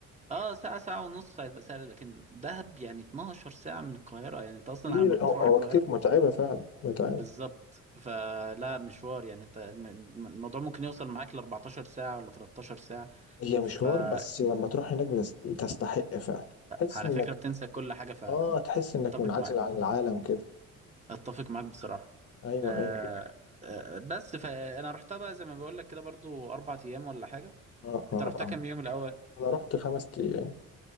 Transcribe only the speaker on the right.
اه ساعة ساعة ونص هيبقى سهل لكن دهب يعني 12 ساعة من القاهرة يعني انت اصلا
على ما بتروح
القاهرة
بالظبط فلا مشوار يعني انت الم- الموضوع ممكن يوصل معاك ل 14 ساعة ولا 13 ساعة
فبتنسى
على
فكرة بتنسى كل حاجة فعلا
اتفق
معاك
اتفق معاك بصراحة
آه
آه بس فانا رحتها بقى زي ما بقول لك كده برضو اربع ايام ولا حاجه
انت رحتها
كام يوم الاول